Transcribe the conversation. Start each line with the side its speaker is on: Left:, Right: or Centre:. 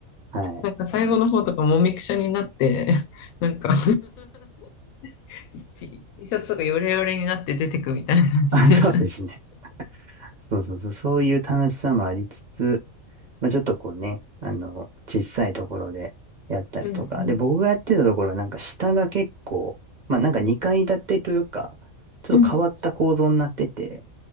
Right: <laughs> はい。
Left: なんか最後の方とかもみくちゃになって、<laughs> なんか <laughs> T T シャツがヨレヨレになって出てくみたいな感じです。
Right: あ、そうですね。そうそうそう、そういう楽しさもありつつ、まあ、ちょっとこうね、あの、小さいところでやったりとか。
Left: うんうん。
Right: で、僕がやってたところはなんか下が結構、まあなんか2階建てというか、ちょっと変わった構造になってて、
Left: うん